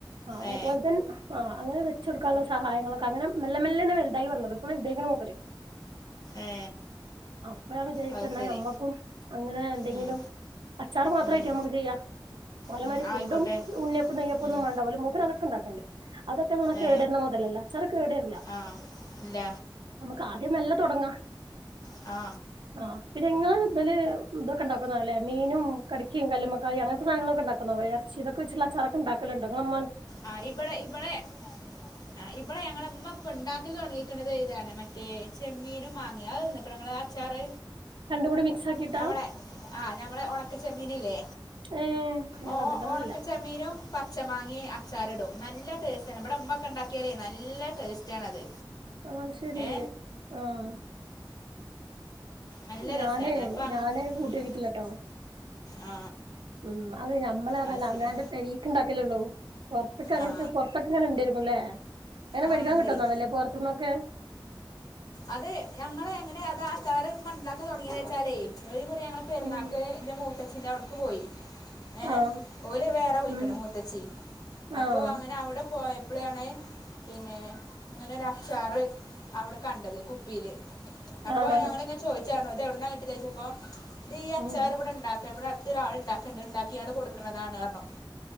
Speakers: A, on the right; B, on the left.
A: ആ മൂ
B: ഏ
A: <unintelligible> ആ അങ്ങനെ വെച്ച്കൊടുക്കാനുള്ള സഹായങ്ങളൊക്കെ അങ്ങനെ മെല്ലെ മെല്ലെയാണ് വലുതായി വന്നത് ഇപ്പൊ വൽതായിക്കണ് മൂപ്പര്
B: ഏ
A: അപ്പ ഞാൻ വിജാരിക്കണ്
B: അത്
A: എന്ന
B: ശരി
A: ഞമ്മ അങ്ങനെ എന്തെങ്കിലും
B: ഉം,
A: അച്ചാർ മാത്രമായിട്ട്
B: ഉം,
A: നമുക്ക് ചെയ്യാം പോലമാതിരി
B: ഉം,
A: ഫുഡും
B: ആയിക്കോട്ടെ
A: ഉണ്ണിയപ്പോം നെയ്യപ്പൊന്നും
B: ഉം,
A: വേണ്ട ഓല് മൂപ്പര് അതൊക്കിണ്ടാ ക്കെണ്ട് അതൊക്കെന്ന് പറഞ്ഞ കേടുവരുന്ന
B: ഏ
A: മുതലല്ല അച്ചാറ് കേട് വരില്ല
B: ആ ഇല്ല
A: നമക്ക് ആദ്യനല്ല തൊടങ്ങാ
B: ആ
A: ആ പിന്നെങ്ങള് ഇതില് ഇതൊക്ക ഇണ്ടാക്കൊന്നോ അല്ലേ മീനും കടിക്കേം കല്ലുമ്മക്കായേം അങ്ങനത്തെ സാധങ്ങളൊക്കെ ഇണ്ടാക്കുന്നോ വേറച്ചി ഇതൊക്കെ വെച്ചുള്ള അച്ചാറൊക്ക എണ്ടാക്കലിണ്ടോ ഇങ്ങളമ്മ
B: ആ ഇവിടെ ഇവിടെ ആ ഇവിടെ ഞങ്ങളമ്മ ഇപ്പിണ്ടാക്കല് തൊടങ്ങേക്കണത് ന്നെ മറ്റേ ചെമ്മീനും മാങ്ങേ അത് തിന്നേക്കണ ഇങ്ങള് അച്ചാറ്
A: രണ്ടും കൂടി മിക്സ് ആക്കിട്ടാ
B: ഞമ്മളെ ആ ഞമ്മളെ ഒണക്ക ചെമ്മീനില്ലേ
A: ഏഹ് അത് ഞാൻ
B: ഓ
A: തിന്നിട്ടൊന്നുല്ല
B: ഓ ഉണക്ക ചെമ്മീനും പച്ച മാങ്ങേ അച്ചാറിടും നല്ല ടേസ്റ്റണ് ഇവിടെ ഉമ്മാക്കെ ഉണ്ടാക്കിയാലേ നല്ല ടേസ്റ്റാണത്
A: ആഹ് ശരി
B: ഏ
A: ആഹ്
B: നല്ല
A: ഞാനേ
B: രസാണ് അപ്പൊ അങ്ങ്
A: ഞാന് കൂട്ടിയോക്കിട്ടില്ലട്ടോ
B: ഇം ആ
A: ഉം അതെ ഞമ്മളതല്ല
B: അത് ശരി
A: അങ്ങാന്റ് പെരീക്കിണ്ടാക്കലൊള്ളൂ പുറത്തൊക്കെ അങ്ങനത്തെ
B: ആ
A: പുറത്തൊക്കെ ഇങ്ങനെ ഇണ്ടേരിക്കുംല്ലേ അങ്ങനെ
B: ആ
A: മേടിക്കാൻ
B: ഉണ്ടേ
A: കിട്ടോ തോന്നണല്ലേ പൊറത്തീന്നൊക്കെ
B: അത് ഞങ്ങള് എങ്ങനെ അത് ആ അച്ചാറ് മൺലാക്കതൊടങ്ങിയ വെച്ചാലേ ഒരു മുറി ഞങ്ങള് പെര്ന്നാക്ക്
A: ഉം
B: എന്റെ മൂത്തച്ഛന്റെ അവിടെക്ക് പോയി ഏ
A: ആഹ്
B: ഓല് വേറെ പോയിക്കണ്
A: ഉം
B: മൂത്തച്ചി അപ്പൊ
A: ആഹ്
B: അങ്ങനെ അവിടെ പോയ പ്പ്ളെയാണേ പിന്നെ ഇങ്ങനെ ഒരു അച്ചാറ് അവിടെ കണ്ടത് കുപ്പീല് അപ്പൊ
A: ആഹ്
B: ഞങ്ങളിങ്ങേ ചോദിച്ചാരുന്നു ഇത് എവിടന്ന കിട്ടി ചോയ്ച്ചപ്പോ ഇത് ഈ അച്ചാർ
A: ഉം
B: ഇവിടെണ്ടാക്കാ ഇവിടടു ത്ത് ഒരാളിണ്ടാക്കണ്ട് ഇണ്ടാക്കിയാണ് കൊടുക്കണതാണന്ന് പറഞ്ഞു